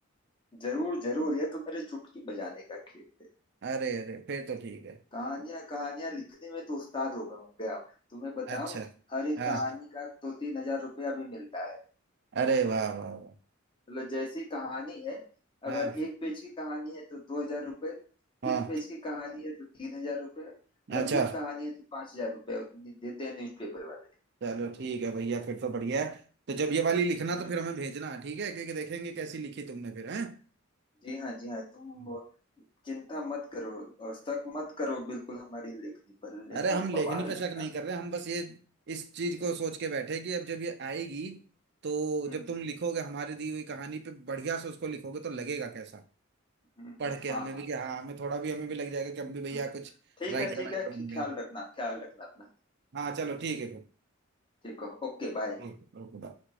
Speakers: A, on the left (about 25°); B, on the right (about 55°).
A: जरूर जरूर ये तो मेरे चुटकी बजाने का खेल है
B: अरे अरे फिर तो ठीक है
A: कहानियां कहानियां लिखने में तो उस्ताद हो गया हूँ गया हूँ। तुम्हें बताऊं
B: अच्छा
A: हर एक
B: हाँ
A: कहानी का दो तीन हजार रुपया भी मिलता है
B: अरे वाह वाह वाह
A: मतलब जैसी कहानी है
B: हाँ
A: अगर एक पेज की कहानी है तो दो हजार रुपये
B: हाँ
A: तीन पेज की कहानी है तो तीन हजार रुपये लंबी
B: अच्छा
A: कहानी है तो पांच हजार रुपये देते हैं न्यूज़पेपर वाले
B: चलो ठीक है भैया फिर तो बढ़िया है तो जब ये वाली लिखना
A: हम्म
B: तो फिर हमें भेजना ठीक है क्योंकि देखेंगे कैसी लिखी तुमने फिर है
A: जी हाँ जी हाँ तुम
B: हम्म।
A: चिंता मत करो और शक मत करो बिल्कुल हमारी लेखनी पर
B: अरे
A: एकदम
B: हम लेखनी
A: बवाल
B: पे
A: लिखा
B: शक नहीं
A: हमने
B: कर रहे हम बस ये इस चीज को सोच के बैठे कि अब जब ये आएगी तो
A: हम्म
B: जब तुम लिखोगे हमारी दी हुई कहानी पे बढ़िया से उसको लिखोगे तो लगेगा कैसा
A: हम्म हम्म,
B: पढ़ के हमें
A: हाँ हाँ
B: भी कि हाँ हमें थोड़ा भी हमें भी लग जाएगा कि हम भी भैया
A: हम्म,
B: कुछ
A: ठीक
B: राइटर
A: है ठीक
B: वाइटर
A: है
B: बन
A: ख्याल
B: गए
A: रखना ख्याल रखना अपना
B: हाँ चलो ठीक है फिर
A: ठीक है ओके बाय
B: Okay okay bye।